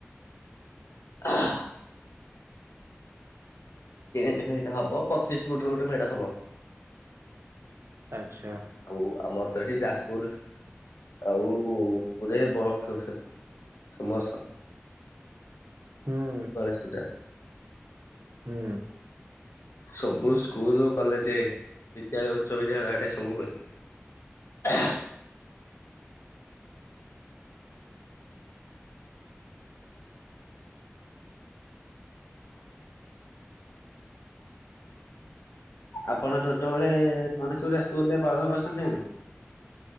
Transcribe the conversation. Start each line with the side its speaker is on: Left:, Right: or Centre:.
Left: ହଁ ଟେଣ୍ଟ ଫେଣ୍ଟ ହବ ପଚିଶ ଫୁଟ ର ଗୋଟେ ମେଢ଼ ହବ।
Right: ଆଛା।
Left: ଆଉ ଆମର ତ ଏଠି ଯାଜପୁର ଆଉ ଉରେ ବକ୍ସ <unintelligible>
Right: ହୁଁ।
Left: ଗଣେଶ ପୂଜା।
Right: ହୁଁ।
Left: ସବୁ ସ୍କୁଲ କଲେଜ ବିଦ୍ୟାଳୟ ଉଚ୍ଚ ବିଦ୍ୟାଳୟ ଆଟେ ସବୁ ହୁଏ। ହ ଆପଣ ଛୋଟବେଳେ ଗଣେଶ ପୂଜା ସ୍କୁଲ ରେ ପାଳନ କରିଚନ୍ତି କି?